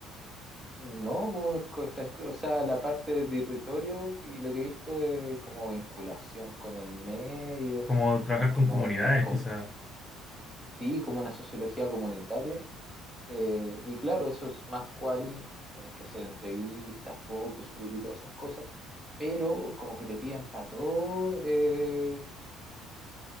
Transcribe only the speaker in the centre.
No, pues, co- esta- o sea, la parte de territorio y lo que he visto es como vinculación con el medio
como
de, com-
sí, como una sociología comunitaria. Eh, y claro, eso es más quali, tenés que hacer entrevistas, focus group y todas esas cosas, pero como que te piden para todo eh,